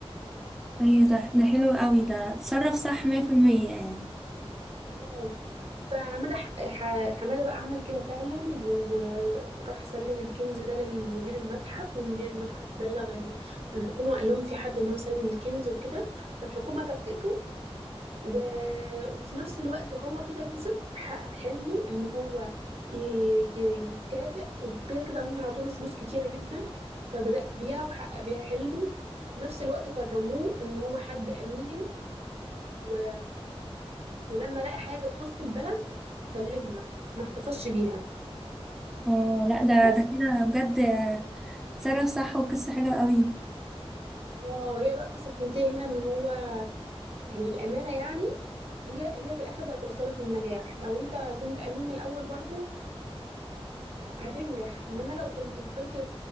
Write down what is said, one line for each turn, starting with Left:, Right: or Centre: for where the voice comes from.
Centre: ايوه ده ده حلو قوي ده اتصرف صح 100% يعني
Right: اه فحمادة ح- ح- حمادة بقى عمل كده فعلا وراح سلم الكنز ده لمدير المتحف ومدير المتحف بلغ ال- الحكومة قال لهم في حد ان هو سلم الكنز وكده فالحكومة كافئته و... وفي نفس الوقت هو كده كسب حقق حلمه ان هو ي... ي... يتكافئ وكده كده هم عطوله فلوس كتيرة جدا فبدأ بيها وحقق بيها حلمه وفي نفس الوقت كرموه ان هو حد امين و... ولما لقى حاجة تخص البلد سلمها ما احتفظش بيها
Centre: اه لا ده
Right: بس
Centre: ده كده بجد اتصرف صح وقصة حلوة قوي
Right: اه هي بقى القصة بتنتهي هنا ان هو الأمانة يعني هي هي في الآخر اللي هتوصلك للنجاح لو انت كنت أمين من الأول برضو هتنجح انما لو كنت فضلت ت-